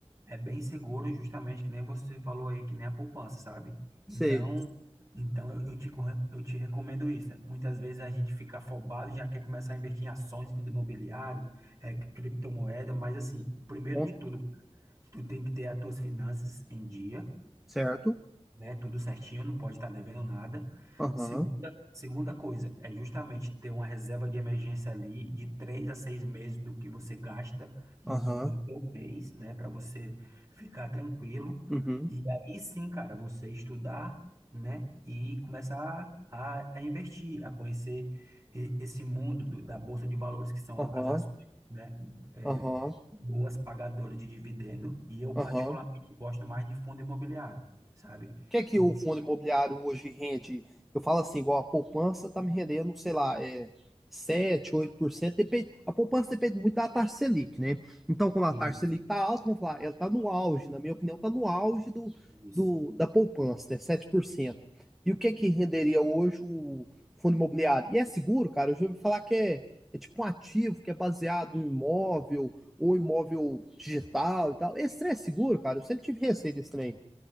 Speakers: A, on the right; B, in the centre.
A: é bem seguro, justamente, que nem você falou aí, que nem a poupança, sabe?
B: sei.
A: Então, então eu, eu te, corre- eu te recomendo isso. Muitas vezes a gente fica afobado, já quer começar a investir em ações, fundo imobiliário, é, criptomoeda, mas assim, o primeiro
B: Bom,
A: de tudo, tu tem que ter as tuas finanças em dia,
B: certo.
A: né? Tudo certinho, não pode estar devendo nada.
B: Aham,
A: Segunda, segunda coisa, é justamente ter uma reserva de emergência ali de três a seis meses do que você gasta no,
B: aham,
A: no teu mês, né? Para você ficar tranquilo.
B: uhum,
A: E aí sim, cara, você estudar, né? E começar a, a investir, a conhecer e- esse mundo do- da Bolsa de Valores, que são
B: aham,
A: as ações, né? é,
B: aham,
A: boas pagadoras de dividendo. E eu,
B: aham.
A: particularmente, gosto mais de fundo imobiliário, sabe?
B: que é que
A: Ok,
B: o fundo imobiliário hoje rende? Eu falo assim, igual a poupança tá me rendendo, sei lá, é sete, oito por cento. depende, a poupança depende muito da taxa Selic, né? Então, como
A: Isso,
B: a taxa Selic tá alta, vamos falar, ela tá no auge, na minha opinião, tá no auge do,
A: isso.
B: do da poupança, né? sete por cento. E o que é que renderia hoje o fundo imobiliário? E é seguro, cara? Eu já ouvi falar que é, é tipo um ativo que é baseado em imóvel ou imóvel digital e tal. Esse trem é seguro, cara? Eu sempre tive receio desse trem.